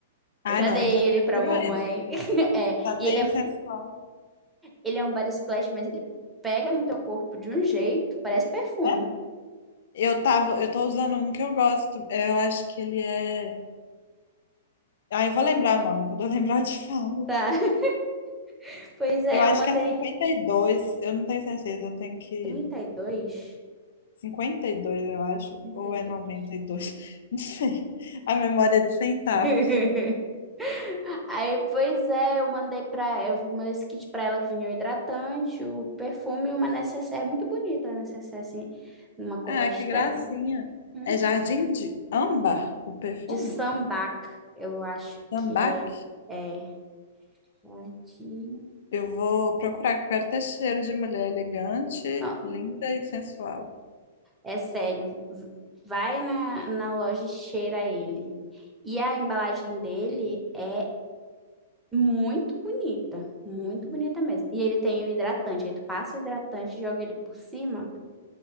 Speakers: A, on the left; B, in the centre.
A: Ah,
B: Eu já
A: não,
B: dei
A: então eu
B: ele
A: prefiro
B: pra mamãe.
A: esse.
B: <laughs> É,
A: Já
B: e
A: tem
B: ele é,
A: o sensor,
B: Ele é um body splash, mas ele pega no teu corpo de um jeito, parece perfume.
A: né? Eu tava, eu tô usando um que eu gosto. Eu acho que ele é. Ah, eu vou lembrar o nome, quando eu lembrar eu te falo.
B: Tá, <laughs> pois é,
A: Eu acho
B: eu mandei
A: que é cinquenta e dois eu não tenho certeza, eu tenho que.
B: trinta e dois.
A: cinquenta e dois eu acho,
B: trinta
A: ou
B: e
A: é
B: dois.
A: noventa e dois <laughs> não sei. A memória é de centavos.
B: <laughs> Aí, pois é, eu mandei pra. eu mandei esse kit pra ela que vinha o hidratante, o perfume e uma necessaire muito bonita, a necessaire assim, numa cor
A: Ah,
B: pastel.
A: que gracinha.
B: Uhum.
A: É Jardim de Âmbar, o perfume?
B: De sambac, eu acho
A: Âmbar?
B: que é. É. é de...
A: Eu vou procurar, que eu quero ter cheiro de mulher elegante,
B: Não,
A: linda e sensual.
B: É sério. V- Vai na, na loja e cheira ele. E a embalagem dele é muito bonita. Muito bonita mesmo. E ele tem o hidratante. Aí tu passa o hidratante, joga ele por cima,